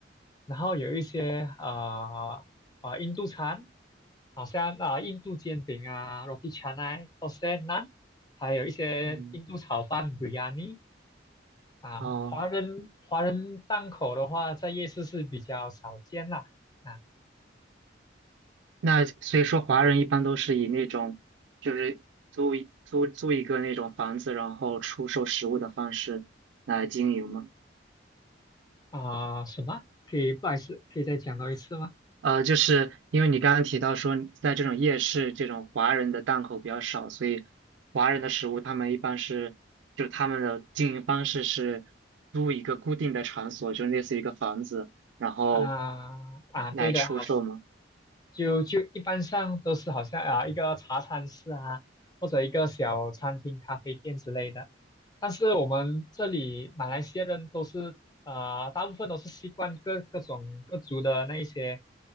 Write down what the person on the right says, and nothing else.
嗯。
哦，
那所以说华人一般都是以那种就是租一租租一个那种房子，然后出售食物的方式来经营吗？
呃，就是因为你刚刚提到说，在这种夜市，这种华人的档口比较少，所以华人的食物他们一般是，就他们的经营方式是租一个固定的场所，就类似于一个房子，然后
来出售吗？